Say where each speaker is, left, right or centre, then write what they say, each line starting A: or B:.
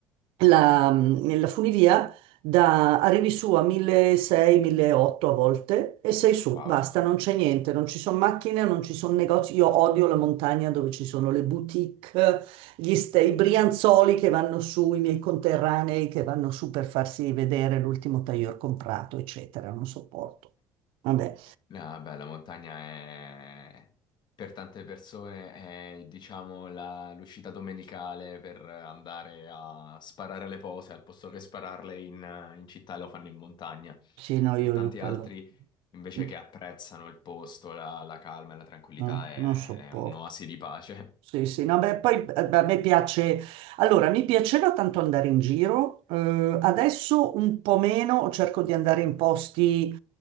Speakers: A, on the right (about 65°); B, on the left (about 50°).
A: la, mm, la funivia da, arrivi su a 1600, 1800 a volte e sei su,
B: Wow.
A: basta, non c'è niente, non ci sono macchine, non ci sono negozi. Io odio la montagna dove ci sono le boutique, gli sta- i brianzoli che vanno su, i miei conterranei che vanno su per farsi vedere l'ultimo tailleur comprato, eccetera, non sopporto. Vabbè,
B: No, beh, la montagna è... Per tante persone è, diciamo, la- l'uscita domenicale per andare a sparare le pose, al posto che spararle in, in città lo fanno in montagna.
A: sì, no,
B: Per
A: io,
B: tanti
A: io quello
B: altri, invece
A: mm,
B: che apprezzano il posto, la, la calma e la tranquillità,
A: no,
B: è,
A: non sopporto.
B: è un'oasi di pace.
A: Sì, sì, no, beh, poi eh, a me piace, allora mi piaceva tanto andare in giro, eh, adesso un po' meno, cerco di andare in posti